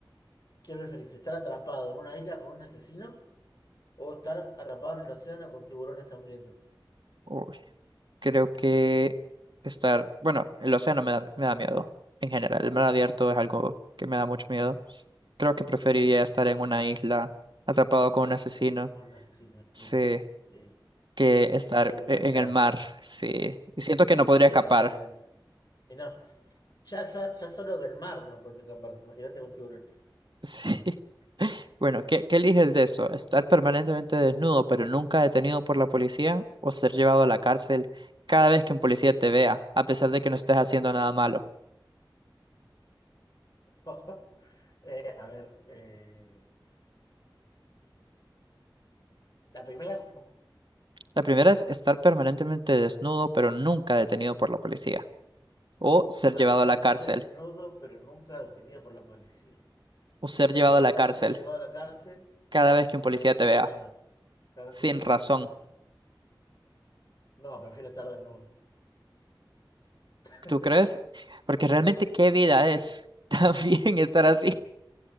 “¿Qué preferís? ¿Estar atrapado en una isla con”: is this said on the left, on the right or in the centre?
Left